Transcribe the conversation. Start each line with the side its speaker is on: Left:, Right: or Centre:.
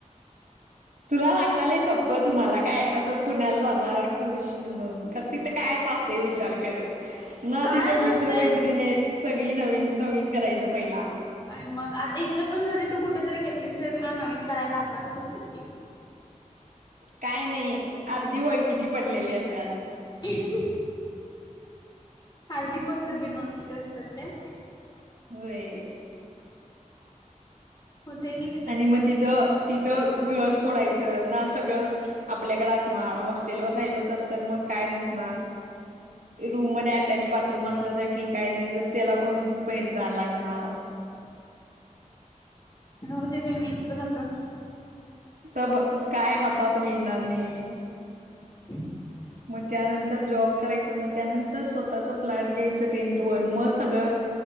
Right: तुला वाटतलय सोप्पं तुम्हाला काय असं पुण्याला जाणार खूश म्हणून तिथं कायच असते विचार कर ना
Left: कायच
Right: तिचं मित्र
Left: असते
Right: मैत्रिणीच कधी नवीन नवीन करायचं पहिला.
Left: आणि मग आता इथं पण जरी तू कुठ तरी घेतलीस तरी तुला नवीन करायला लागणारच होती की
Right: काय नाही अगदी ओळखीची पडलेली असत्याला.
Left: <unintelligible> आरधी फक्त बिनओळखीची असतात काय?
Right: होय
Left: होतय कि तिथ
Right: आणि मग तिथं ती तर घर सोडायचं ना सगळं आपल्याकडे असणार हॉस्टेलवर राहिलो तर तर मग काय नसणार रूम मध्ये अटॅच बाथरूम असलं तर ठीक आहे नाही तर त्याला पण बाहेर जायला लागणार
Left: राहु दे बाई मी इथच राहतो
Right: सब काय हातात मिळणार नाही
Left: <inaudible>
Right: मग त्यानंतर जॉब करायचं मग त्यानंतर स्वतःच फ्लॅट घ्यायचं रेंट वर मग सगळं